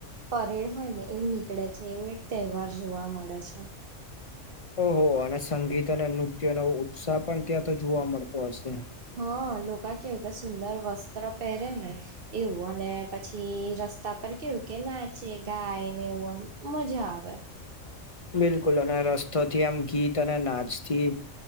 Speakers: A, on the right (about 50°); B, on the left (about 30°).
A: પરેડ હોય ને એવું નીકળે છે, એવો એક તહેવાર જોવા મળે છે.
B: ઓહ અને સંગીત અને નૃત્ય ન ઉત્સાહ પણ ત્યાં તો જોવા મળતો હશે,?
A: હા લોકો કે વું કે સુંદર વસ્ત્ર પહેરે ને એવું અને પછી રસ્તા પર કેવું કે, નાચે ગાય ને એવું આમ મજા આવે,
B: બિલકુલ અને રસ્તો થી આમ ગીત અને નાચથી